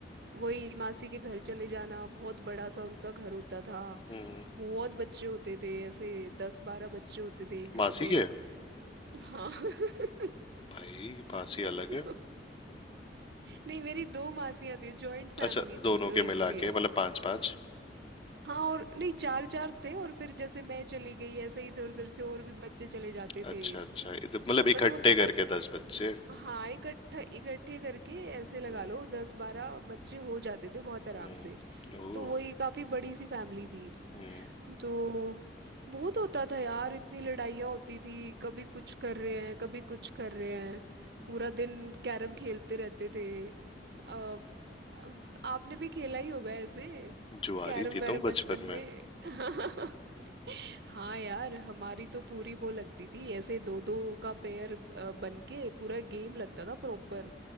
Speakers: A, on the right; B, on the left.
A: वही मासी के घर चले जाना बहुत बड़ा सा उनका घर होता था
B: हम्म।
A: बहुत बच्चे होते थे ऐसे दस बारह बच्चे होते थे एक
B: मासी
A: घर में
B: के
A: हाँ <laughs>
B: भाई मासी अलग है
A: तो नहीं मेरी दो मासियां थी जॉइंट फैमिली
B: अच्छा दोनों
A: थी तो
B: के
A: इसलिए
B: मिला के मतलब पांच पांच
A: हाँ और नहीं चार चार थे और फिर जैसे मैं चली गई ऐसे इधर उधर से और भी बच्चे चले जाते
B: अच्छा
A: थे
B: अच्छा इध- मतलब
A: मतलब
B: इकट्ठे
A: होता है ना
B: करके दस बच्चे
A: हाँ इकट्ठा इकट्ठे करके ऐसे लगा
B: हम्म
A: लो दस बारह बच्चे हो जाते थे बहुत आराम
B: हम्म
A: से
B: ओह,
A: तो वही काफी बड़ी सी फैमिली थी
B: हम्म
A: तो बहुत होता था यार इतनी लड़ाइयाँ होती थी कभी कुछ कर रहे हैं कभी कुछ कर रहे हैं पूरा दिन कैरम खेलते रहते थे आ, आपने भी खेला ही होगा ऐसे
B: जुआरी
A: कैरम
B: थी
A: वैरम
B: तुम बचपन
A: बचपन में
B: में
A: <laughs> हाँ यार हमारी तो पूरी वो लगती थी ऐसे दो दो का पेयर अ, बन के पूरा गेम लगता था प्रॉपर